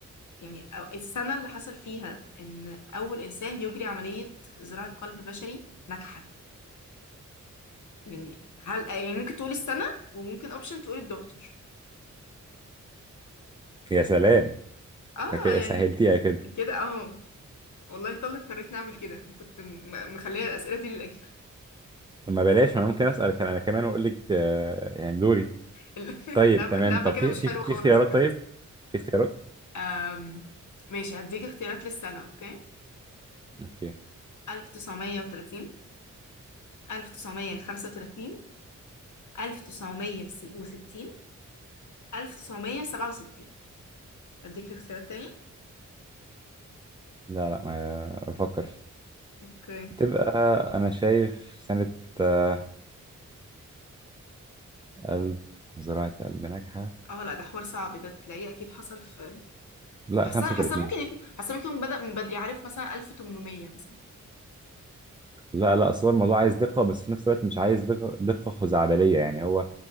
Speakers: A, on the left; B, on the right.
A: يعني أو- السنة اللي حصل فيها ان اول انسان يجري عملية زراعة قلب بشري ناجحة يعني هل يعني ممكن تقول السنة وممكن اوبشن تقول الدكتور
B: يا سلام
A: اه
B: ده كده
A: يعني
B: سهلتيها كده
A: كده اه والله انت اللي اضطريت نعمل كده أنا كنت م- مخليه الاسئلة دي للاخر
B: طب ما بلاش ما انا ممكن اسالك انا كمان واقول لك آه، يعني دوري
A: <laughs>
B: طيب
A: اللعبة
B: تمام
A: اللعبة
B: طب
A: كده
B: في
A: مش
B: في
A: حلوة
B: في
A: خالص
B: اختيارات
A: بجد
B: طيب في اختيارات
A: أم... ماشي هديك اختيارات للسنة اوكي
B: اوكي
A: ألف تسعمية وتلاتين ألف تسعمية خمسة وتلاتين ألف تسعمية وستين ألف تسعمية سبعة وستين أديك الاختيارات تاني
B: لا لا ما بفكر فيه
A: أوكي
B: هتبقى انا شايف سنة آه، قلب زراعة قلب ناجحة
A: اه لا ده حوار صعب ده تلاقيه أكيد حصل في
B: لا
A: حاسة
B: 35
A: حاسة ممكن يكون حاسة ممكن يكون بدأ من بدري عارف مثلا ألف تمنمية مثلا
B: لا لا اصل هو الموضوع عايز دقة بس في نفس الوقت مش عايز دقة دقة خزعبلية يعني هو